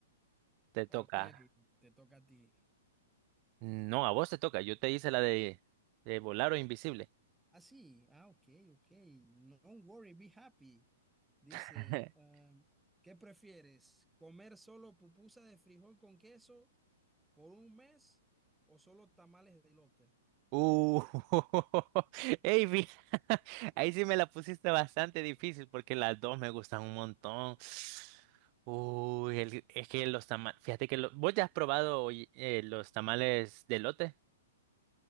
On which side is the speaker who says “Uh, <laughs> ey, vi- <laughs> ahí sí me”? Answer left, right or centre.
Right